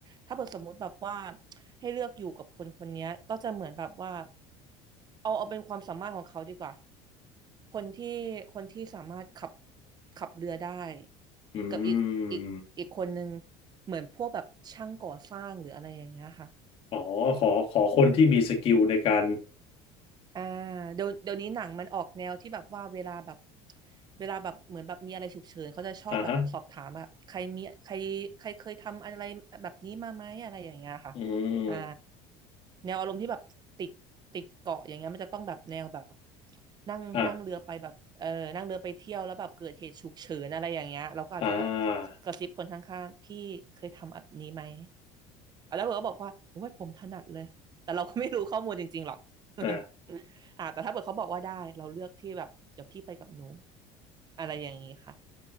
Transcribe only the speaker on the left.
<laughs> อื
ม
อ๋อขอขอคนที่มีสกิลในการ
อ่าฮะอืม
อ่าอ่า
นะ